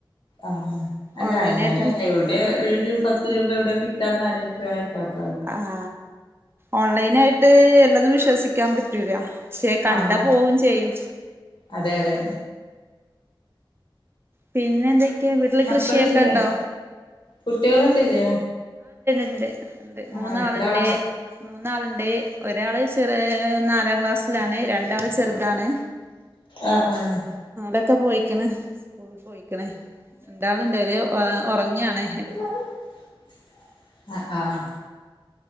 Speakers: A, on the left; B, on the right.
A: ആഹ അല്ല
B: ഓൺലൈനായിട്ട്
A: എല്ലാരും അല്ല എവിടെ ഏ രൂപ പത്ത് രൂപ എവിടെ കി ഇന്ന്രക്കക്ക <unintelligible>
B: ആഹ ഓൺലൈൻ ആയിട്ട് എല്ലാതും വിശ്വസിക്കാൻ പറ്റ് ശ പ്രരി <unintelligible> ക്ഷേ കണ്ടാ
A: ആഹ്
B: പോവും ചെയ്യും
A: അതെ അതെ
B: പിന്നെ എന്തൊക്കെയാ വീട്ടില്
A: മക്കളില്ലേ
B: കൃഷിയൊക്കെ ഇണ്ടോ
A: കുട്ടികളൊക്കെ ഇല്ലേ
B: ഉണ്ട് ഉണ്ട്
A: ആഹ്
B: മൂന്നാളുണ്ട്
A: എത്ര ആളാ
B: മൂന്നാളുണ്ട് ഒരാള് ചെറിയ നാലാം ക്ലാസ്സിലാണ് രണ്ടാമ ചെറുതാണ്
A: ആഹ് ആഹ്
B: ഒക്കെ പോയിക്കണ പോയി പോയിക്കണേ എന്താളുണ്ട് ഉറങ്ങിയാണ്
A: ആഹ ആഹ്